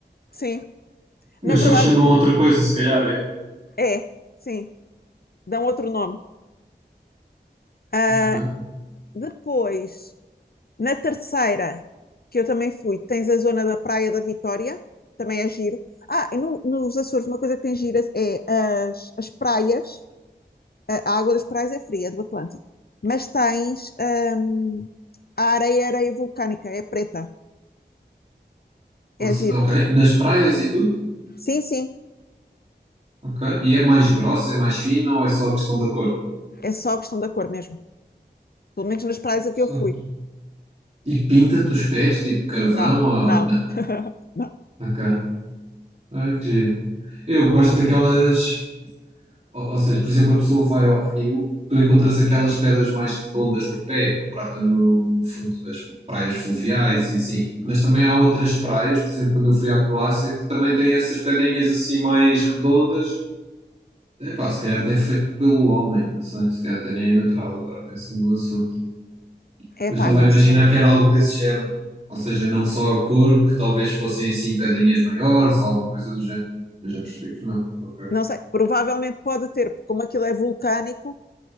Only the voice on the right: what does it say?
Mas
só chamam outra coisa, se calhar, é.
Ok.
Não sei-
Ok. Nas praias e tudo?
Ok. E é mais grossa, é mais fina ou é só questão da cor? <laughs>
Só.
E pinta-te os pés, tipo carvão
ou...
Não.
Ok. Olha que giro. Eu gosto daquelas... Ou, ou seja, por exemplo, a pessoa vai ao rio, tu encontras aquelas pedras mais redondas no pé, no, pra- no- no fundo, as praias fluviais e assim. Mas também há outras praias, por exemplo, quando eu fui à Croácia, que também têm essas pedrinhas assim mais redondas. Epá, se calhar até é feito pelo homem, não sei, se calhar até nem é natural agora, pensando no assunto.
Mas estava
a imaginar
que era algo desse género. Ou seja, não só a cor, que talvez fossem assim pedrinhas maiores ou alguma coisa do género. Mas já percebi que não. Ok,